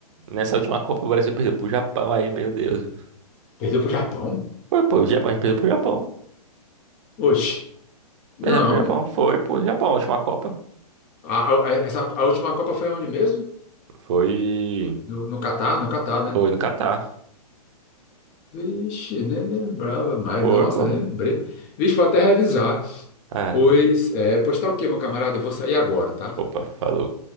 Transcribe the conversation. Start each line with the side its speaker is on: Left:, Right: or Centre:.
Right: Nessa última Copa o Brasil perdeu pro Japão, aí, meu Deus.
Left: Perdeu pro Japão?
Right: Foi, pô, o Japão, a gente perdeu pro Japão.
Left: Oxe, não.
Right: Perdemos pro Japão, foi pro Japão, a última Copa.
Left: A, a- essa, a última Copa foi onde mesmo?
Right: Foi.
Left: No, no Catar, no Catar, né?
Right: Foi no Catar.
Left: Vixe, nem lembrava mais.
Right: Foi,
Left: Nossa,
Right: pô.
Left: nem lembrei. Vixe, vou até revisar.
Right: É.
Left: Pois, é, pois tá ok, meu camarada. Eu vou sair agora, tá?
Right: Opa, falou.